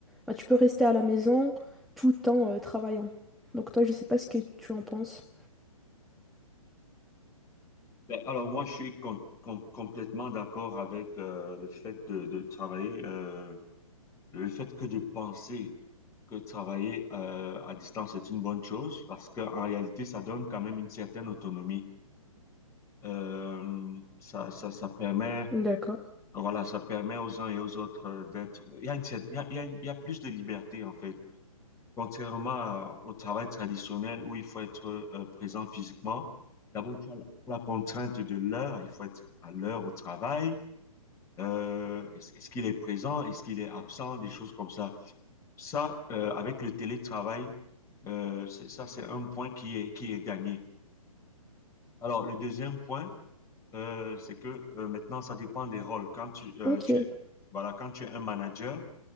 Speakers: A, in the centre; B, on the left (about 15°).
A: ben, tu peux rester à la maison tout en euh, travaillant. Donc toi, je sais pas ce que tu en penses.
B: Ben, alors moi, je suis com- com- complètement d'accord avec euh, le fait de, de travailler, euh, le fait que de penser que travailler euh, à distance est une bonne chose parce qu'en réalité, ça donne quand même une certaine autonomie. Euh, ça, ça, ça permet,
A: D'accord.
B: voilà, ça permet aux uns et aux autres euh, d'être... Il y a une cer- il y a- il y a une- il y a plus de liberté en fait Contrairement à- au travail traditionnel où il faut être euh, présent physiquement, d'abord tu as la, la contrainte de l'heure, il faut être à l'heure au travail. Euh, est-ce est-ce qu'il est présent, est-ce qu'il est absent, des choses comme ça. Ça, euh, avec le télétravail, euh, c'est- ça c'est un point qui est, qui est gagné. Alors le deuxième point, euh, c'est que euh, maintenant ça dépend des rôles. Quand tu, euh,
A: Ok,
B: tu es, voilà, quand tu es un manager,